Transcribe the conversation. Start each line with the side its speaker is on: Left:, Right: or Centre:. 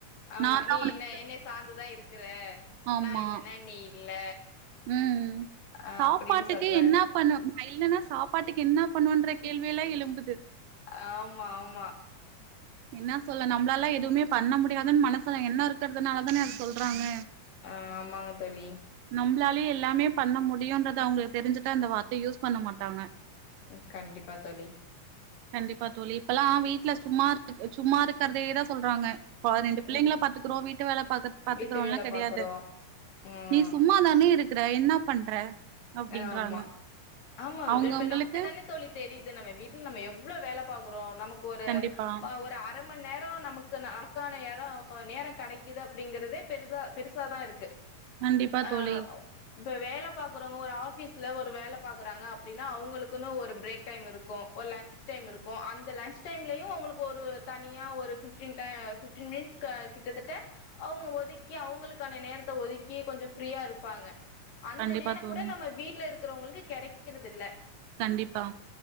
Left: ஆமா
Right: நாந்தா
Left: நீ
Right: உனக்கு
Left: என்ன என்னய சாந்துதா இருக்கற க
Right: ஆமா
Left: நா இல்லனா நீ இ இல்ல
Right: ம், ம்
Left: அப்டின்னு
Right: சாப்பாட்டுக்கே
Left: சொல்றாங்க
Right: என்னா பண்ணுவ நா இல்லன்னா சாப்பாட்டுக்கு என்னா பண்ணுவன்ற கேள்வி எல்லா எழும்புது
Left: ஆம் ம்மா ஆமா
Right: என்னா சொல்ல நம்மளால்லா எதுவுமே பண்ண முடியாதுன்னு மனசுல எண்ண இருக்கற்துனால தானே அப்டி சொல்றாங்க
Left: அ ஆமாங்க தோழி
Right: நம்பளாலே எல்லாமே பண்ண முடியும்ன்றது அவங்களுக்கு தெரிஞ்சுட்டா இந்த வார்த்தைய யூஸ் பண்ண மாட்டாங்க
Left: ம் கண்டிப்பா தோழி
Right: கண்டிப்பா தோழி இப்பெல்லா வீட்ல சும்மார் சும்மா இருக்கற்தேதா சொல்றாங்க இப்போ ரெண்டு பிள்ளைங்கள
Left: ம்
Right: பாத்துக்குறோ வீட்டு வேலை பாகத் பாத்துக்றோன்லா
Left: வீட்டு வேல
Right: கெடையாது
Left: பாக்குறோ ம்
Right: நீ சும்மாதானே இருக் க்ற என்ன பண்ற அப்டின்றாங்க
Left: அ ஆம்மா ஆமா
Right: அவங்கவுங்களுக்கு
Left: இப்ப நமக்கு தானே தோழி தெரியுது நம்ம வீட்ல நம்ம எவ்ளோ வேல பாக் க்றோ நமக்கு ஒரு
Right: கண்டிப்பா
Left: ஒரு அர மண்நேரம் நமக் க்குனு அதற்கான எட நேரம் கெடைக்குது அப்படிங்கறதே பெரிதா பெருசாதா இருக்கு
Right: கண்டிப்பா
Left: ஆ
Right: தோழி
Left: இப்ப வேல பாக்குறோங் ஒரு ஆபீஸ்ல ஒரு வேல பாக்குறாங்க அப்டின்னா அவங்களுக்குன்னு ஒரு பிரேக் டைம் இருக்கு ஒரு லஞ்ச் டைம் இருக்கு அந்த லஞ்ச் டைம்லயு அவங்களுக்கு ஒரு தனியா ஒரு ஃபிப்டீன் டய ஃபிப்டீன் மினிட்ஸ்கு கிட்டத்தட்ட அவங்க ஒதுக்கி அவங்களுக்கான நேரத்த ஒதுக்கி கொஞ்ச ஃப்ரீயா இருப்பாங்க அந்த
Right: கண்டிப்பா
Left: நேரம்
Right: தோழி
Left: குட நம்ம வீட்ல இருக் க்றவங்களுக்கு கெடைக்கிறது இல்ல
Right: கண்டிப்பா